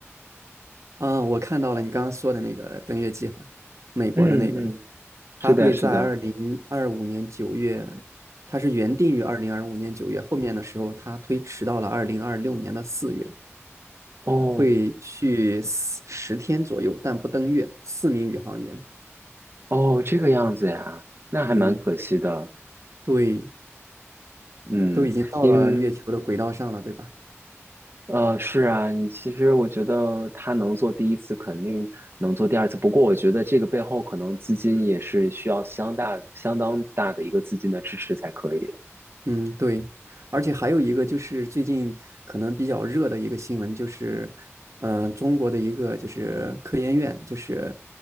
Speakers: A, on the right; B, on the right.
A: 啊，我看到了你刚刚说的那个登月计划，美国的那个。
B: 嗯嗯，是的，
A: 它会在二零二五年九月，
B: 是的。
A: 它是原定于二零二五年九月，后面的时候它推迟到了二零二六年的四月，
B: 哦
A: 会去十天左右，但不登月。四名宇航员，
B: 哦，这个样子呀，那还蛮可惜的。
A: 嗯，对，
B: 嗯，
A: 都已经到了月球的轨道上了，
B: 因
A: 对吧？
B: 呃是啊，你其实我觉得他能做第一次，肯定能做第二次。不过我觉得这个背后可能资金也是需要相大相当大的一个资金的支持才可以。
A: 嗯，对，而且还有一个就是最近可能比较热的一个新闻，就是，呃，中国的一个就是科研院，就是